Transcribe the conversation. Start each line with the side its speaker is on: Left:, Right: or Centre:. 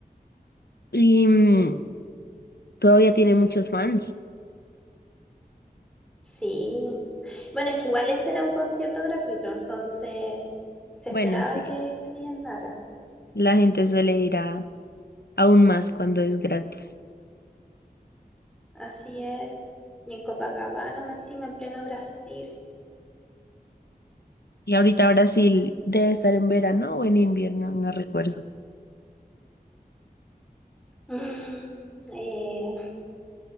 Left: Y mm, todavía tiene muchos fans.
Centre: Sí. Bueno, es que igual ese era un concierto gratuito, entonces se
Left: Bueno,
Centre: esperaba
Left: sí,
Centre: que, que se llenara.
Left: la gente suele ir a aún más cuando es gratis.
Centre: Así es. Y en Copacabana, más encima, en pleno Brasil.
Left: Y ahorita Brasil debe estar en verano o en invierno, no recuerdo.
Centre: Mm, eh,